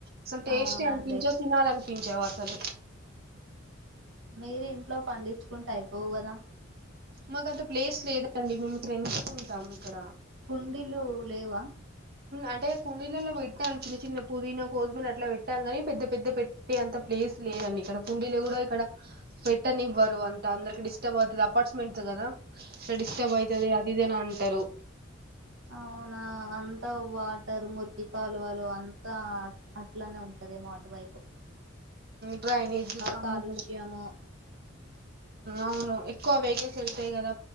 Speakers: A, on the right (about 50°); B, on the right (about 75°).
A: అసలు టేస్ట్
B: అవునండి
A: అనిపించా తినాలి అనిపించావా అసలు
B: మీరు ఇంట్లో పండించుకుంటే అయిపోవు కదా
A: మాకు అంత ప్లేస్ లేదండి మేము ఇక్కడ ఎుకుంటాం ఇక్కడ
B: కుండీలు లేవా
A: అంటే కుండీలలో పెట్టాను చిన్న చిన్న పుదీనా కోజమిన అట్లా పెట్టాను కాని పెద్ద పెద్ద పెట్టే అంత ప్లేస్ లేదండి ఇక్కడ కుండీలో కూడా ఇక్కడ పెట్టని ఇవ్వరు అంత అందరికి డిస్టర్బ్ అవుతుంది అపార్ట్మెంట్స్ కదా డిస్టర్బ్ అవుతది అదిదేనా అంటారు
B: అవునా అంతా వాటర్ ముర్కి కాలువాలు అంతా అట్లానే ఉంటుంది మాటువైపు
A: డ్రైనేజ్ దాము
B: కాలుష్యము
A: అవును ఎక్కువ వేక చల్తే కద